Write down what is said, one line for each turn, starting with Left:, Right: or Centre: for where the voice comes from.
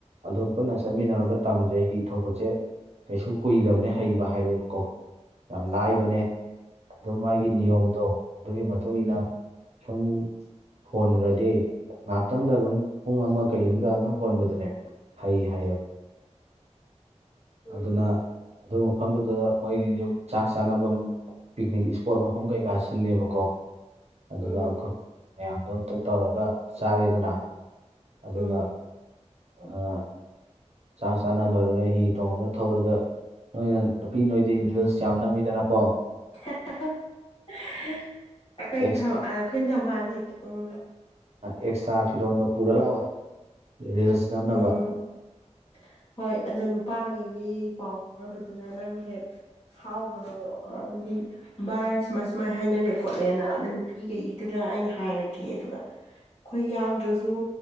Right: ꯑꯗꯨ ꯄꯨꯟꯅ ꯆꯠꯃꯤꯟꯅꯔꯒ ꯇꯝꯁꯦ ꯍꯤ ꯊꯧꯕꯆꯦ ꯀꯩꯁꯨ ꯀꯨꯏꯗꯕꯅꯦ ꯍꯩꯕ ꯍꯥꯏꯔꯦꯕꯀꯣ ꯌꯥꯝ ꯅꯥꯏꯕꯅꯦ ꯑꯗꯨ ꯃꯥꯒꯤ ꯅꯤꯌꯣꯝꯗꯣ ꯑꯗꯨꯒꯤ ꯃꯇꯨꯡ ꯏꯟꯅ ꯁꯨꯝ ꯍꯣꯟꯒꯗꯤ ꯉꯥꯛꯇꯪꯗ ꯑꯗꯨꯝ ꯄꯨꯡ ꯑꯃ ꯀꯩ ꯑꯣꯝꯗ ꯑꯗꯨꯝ ꯍꯣꯟꯕꯗꯅꯦ ꯍꯩ ꯍꯥꯏꯌꯦ ꯕꯥ
Left: ꯎꯝ ꯎꯝ
Right: ꯑꯗꯨꯅ ꯗꯨ ꯃꯐꯝꯗꯨꯗ ꯃꯣꯏꯒꯤꯖꯨ ꯆꯥꯛ ꯆꯥꯅꯐꯝ ꯄꯤꯛꯅꯤꯛ ꯏꯁꯄꯣꯠ ꯃꯐꯝ ꯀꯩꯀꯥ ꯁꯤꯜꯂꯦꯕꯀꯣ ꯑꯗꯨꯗ
Left: ꯎꯝ
Right: ꯑꯩꯈꯣꯏ ꯃꯌꯥꯝꯗꯣ ꯑꯝꯇ ꯇꯧꯔꯒ ꯆꯥꯔꯦꯗꯅ ꯑꯗꯨꯒ
Left: ꯎꯝ
Right: ꯑ ꯆꯥꯛ ꯆꯥꯅ ꯂꯣꯏꯔꯒ ꯍꯤ ꯇꯣꯡꯉꯒ ꯊꯧꯔꯒ ꯅꯣꯏꯅ ꯅꯨꯄꯤ ꯅꯣꯏꯗꯤ ꯂꯤꯜꯁ ꯌꯥꯝ ꯅꯝꯃꯤꯗꯅ ꯀꯣ
Left: ꯍꯦ ꯍꯦ ꯑꯩꯈꯣꯏꯅ
Right: ꯑꯦꯛꯁꯇ꯭ꯔꯥ
Left: ꯊꯥꯃ ꯑꯩꯈꯣꯏ ꯊꯃꯜ ꯍꯦꯛ ꯎꯝ
Right: ꯑꯦꯁꯠꯇ꯭ꯔꯥ ꯐꯔꯣꯟꯒ ꯄꯨꯔꯥ ꯂꯛ ꯑꯣ ꯍꯦ ꯔꯤꯜꯁ
Left: ꯑꯥꯃ
Right: ꯅꯝꯅꯕ
Left: ꯍꯣꯏ ꯑꯗꯣ ꯅꯨꯄꯥꯈꯩꯒꯤ ꯄꯥꯎ ꯐꯥꯎꯅꯕꯗꯨꯅ ꯅꯪꯅ ꯍꯦꯛ ꯐꯧꯈ꯭ꯔꯣ ꯑꯗꯤ ꯚꯏ ꯁꯨꯃꯥꯏ ꯁꯨꯃꯥꯏ ꯍꯥꯏꯅꯔꯦ ꯈꯣꯠꯂꯦꯅ ꯑꯗ ꯅꯨꯄꯤꯒꯩ ꯏꯗꯨꯅ ꯑꯩꯅ ꯍꯥꯏꯔꯛꯒꯦ ꯑꯗꯨꯒ ꯑꯩꯈꯣꯏ ꯌꯥꯝꯗ꯭ꯔꯁꯨ